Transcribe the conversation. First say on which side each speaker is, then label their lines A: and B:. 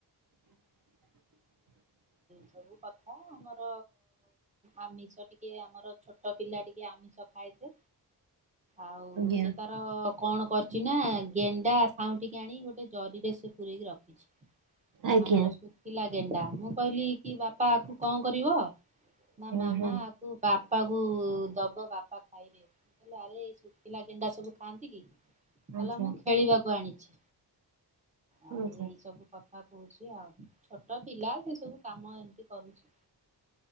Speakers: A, on the right; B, on the right.
A: <inaudible>
B: ସବୁ କଥା ଆମର ଆମିଷ ଟିକେ ଆମର ଛୋଟ ପିଲା ଟିକେ ଆମିଷ ଖାଏସେ ଆଉ
A: ଆଜ୍ଞା
B: ସେ ତାର କଣ କରିଚି ନା ଗେଣ୍ଡା ଖାଉଁଟିକି ଆଣି ଗୋଟେ ଜରିରେ ସେ ପୁରରେକି ରଖିଛି
A: ଆଜ୍ଞା
B: ଆମର ଶୁକିଲା ଗେଣ୍ଡା ମୁଁ କହିଲି କି ବାପା ଆକୁ ଙ୍କ କରିବ ନା
A: ହୁଁ
B: ମାମା
A: ହୁଁ
B: ଆକୁ ବା ପା କୁ ଦବ ବାପା ଖାଇବେ କଲେ ଆରେ ଶୁଖିଲା ଗେଣ୍ଡା ସବୁ ଖାଆନ୍ତି କି? କହିଲା
A: ଆଜ୍ଞା
B: ମୁଁ ଖେଳିବାକୁ ଆଣିଚି ଆଉ
A: ଆଜ୍ଞା।
B: ଏଇ ସବୁ କଥା ହୋଉଚି ଆଉ ଛୋଟ ପିଲା ସେ ସବୁ କାମ ଏମତି କରୁଛି।